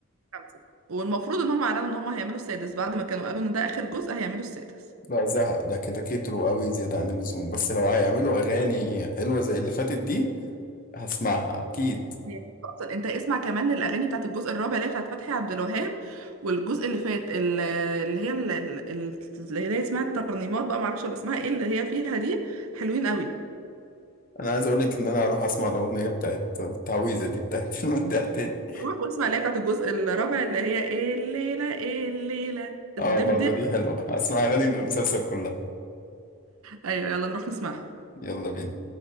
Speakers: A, on the right; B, on the left.
A: خمسة والمفروض إن هم أعلنوا إن هم هيعملوا السادس بعد ما كانوا قالوا إن ده آخر جزء هيعملوا السادس
B: لا زهق ده كده كتروا قوي زيادة عن اللزوم بس لو هيعملوا أغاني حلوة زي اللي فاتت دي هسمعها أكيد
A: هي اصلا انت اسمع كمان الاغاني بتاعت الجزء الرابع اللي هي بتاعت فتحي عبد الوهاب والجزء اللي فات ال- اللي هي ال- ال- اللي هي اسمها الترنيمات بقى معرفش ولا اسمها ايه اللي هي فيها دي حلوين قوي
B: انا عايز اقولك ان انا هروح اسمع الاغنيه بتاعت التعويذه دي بتاعت <laughs> المداح تاني
A: روح واسمع اللي هي بتاعت الجزء الرابع اللي هي ايه الليله ايه الليله
B: اه
A: الدبدب
B: برضه دي حلوه هسمع اغاني المسلسل كلها
A: ايوه يلا نروح نسمعها
B: يلا بينا